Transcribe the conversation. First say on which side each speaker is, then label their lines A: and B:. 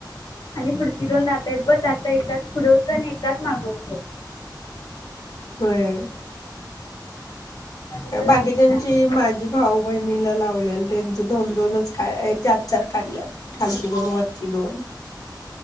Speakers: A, on the left; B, on the left.
A: आणि पुढची दोन दात आहेत ब त्यातलं एक दात पुढ होत आणि एक दात माग होत.
B: होय.
A: मग त्याच्या लाईनीनं
B: बाकी ज्यांची
A: आलं
B: माझी भाऊ बहिणीला लावल्याल त्यांच. दोन दोनच का चार चार काढल्यात खालची दोन वरची दोन.